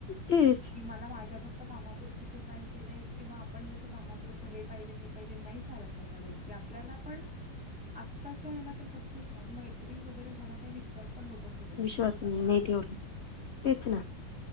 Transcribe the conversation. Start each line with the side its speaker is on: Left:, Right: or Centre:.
Left: तेच
Centre: कि मला माझ्या फक्त कामापुरती तू पाहिजेलेस किंवा आपण जस कामा पु हे पाहिजे ते पाहिजे नाही चालत तश्या गोष्टी आपल्याला पण आत्ताच्या याला तर फक्तीस नाग मैत्री वगैरे होणं काही विश्वास पण लोक <unintelligible>
Left: विश्वास नाही
Centre: कोणा वरती.
Left: ठेवला तेच ना